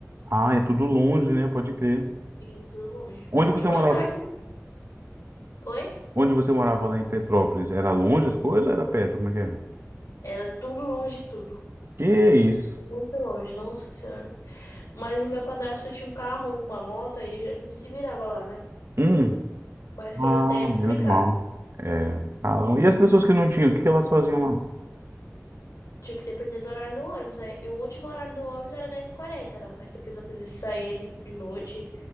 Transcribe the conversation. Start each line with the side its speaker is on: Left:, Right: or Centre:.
Right: Ah, é tudo longe, né? Pode crer.
Left: vindo tudo longe.
Right: Onde você
Left: E fora
Right: morava?
Left: também. Oi?
Right: Onde você morava lá em Petrópolis? Era longe as coisas? ou Era perto? Como é que era?
Left: Era tudo longe de tudo.
Right: Que isso?
Left: Muito longe, nossa senhora. Mas meu padrasto tinha um carro, uma moto, aí a gente se virava lá, né?
Right: Hum.
Left: Mas quem
Right: Ah,
Left: não tem é complicado.
Right: menos mal. É. Caramba. E as pessoas que não tinham, o que que elas faziam lá?
Left: Tinha que depender do horário do ônibus, né? E o último horário do ônibus era dez h 40 Aí se a pessoa quisesse sair de noite,